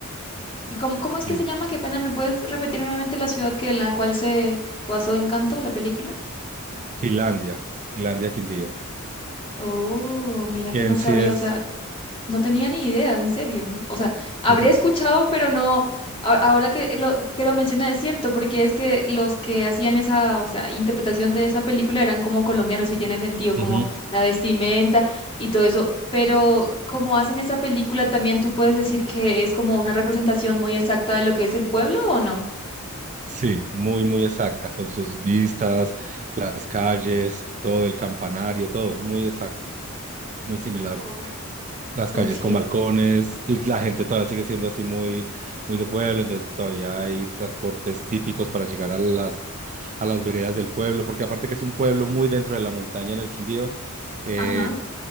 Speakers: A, on the left (about 25°); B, on the right (about 35°).
A: ¿Y cómo, cómo es
B: Sí.
A: que se llama? Qué pena, ¿me puedes repetir nuevamente la ciudad que en la cual se basó Encanto, la película?
B: Finlandia, Finlandia Quindío,
A: Oh, mira
B: que
A: que no
B: en
A: sabía,
B: sí es,
A: o sea, No tenía ni idea, en serio. O sea, habré
B: sí,
A: escuchado, pero no, a- ahora que lo, que lo menciona es cierto, porque es que los que hacían esa, o sea, interpretación de esa película eran como colombianos, sí tiene sentido,
B: ujú,
A: como la vestimenta y todo eso. Pero como hacen esa película, también tú puedes decir que es como una representación muy exacta de lo que es el pueblo, ¿o no?
B: sí, muy, muy exacta, con sus vistas, las calles, todo el campanario, todo, muy exacto, muy similar.
A: Ok.
B: las
A: Ok.
B: calles con balcones y la gente todavía sigue siendo así muy, muy de pueblo, entonces todavía hay transportes típicos para llegar a las, a las veredas del pueblo, porque aparte que es un pueblo muy dentro de la montaña en el Quindío, eh,
A: Ajá.